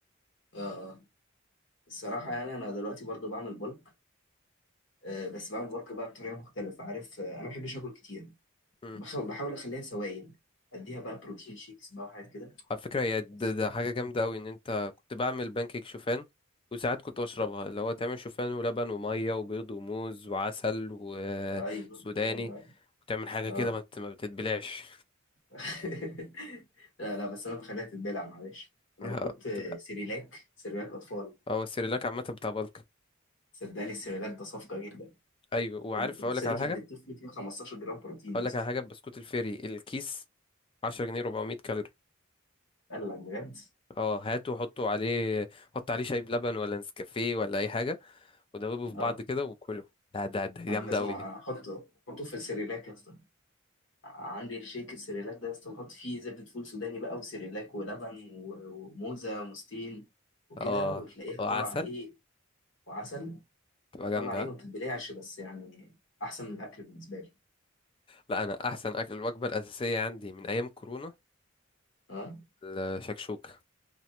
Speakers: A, on the left; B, on the left.
A: اه آه. الصراحه يعني انا دلوقتي برضو بعمل بلك آه بس بعمل بلك بقى بطريقه مختلفه عارف آه انا ما بحبش اكل كتير
B: بقى
A: بحاول بحاول اخليها سوائل اديها بقى بروتين شيكس بقى وحاجات كده
B: على فكرة هي ده,
A: بس
B: ده حاجة جامدة أوي إن أنت كنت بعمل بانكيك شوفان وساعات كنت بشربها
A: آه.
B: اللي هو تعمل شوفان ولبن ومية وبيض وموز وعسل وسوداني
A: ايوه ايوه أيوة.
B: وتعمل حاجة
A: اه
B: كده ما بت- ما بتتبلعش
A: <laughs> لا لا بس انا بخليها تتبلع معلش انا
B: <laughs> آه،
A: بحط آه،
B: تبقى
A: سيريلاك سيريلاك اطفال
B: هو السيريلاك عامة بتاع بلك
A: صدقني السيريلاك ده صفقه جدا
B: أيوة وعارف
A: السيرفنج
B: أقولك على حاجة
A: الطفل فيه 15 جرام بروتين
B: أقولك
A: يا اسطى
B: على حاجة بسكوت الفيري الكيس 10 جنيه 400 كالوري
A: قال لك بجد
B: اه هاته وحطه عليه حط عليه شاي بلبن ولا نسكافيه ولا أي حاجة ودوبه في بعض
A: اه
B: كده وكله ده ده ده جامدة
A: انا لازم
B: أوي
A: احطه
B: دي
A: احطه في السيريلاك يا اسطى عندي الشيك السيريلاك ده يا اسطى بحط فيه زبدة فول سوداني بقى وسيريلاك ولبن و- وموزة ومستين وكده
B: اه
A: وتلاقيها
B: آه،
A: طالعة
B: عسل
A: ايه وعسل
B: تبقى جامدة
A: طالعة ايه ما بتتبلعش بس يعني احسن من الاكل بالنسبة لي
B: لا انا احسن اكل الوجبه الاساسيه عندي من ايام كورونا
A: اه
B: الشكشوكه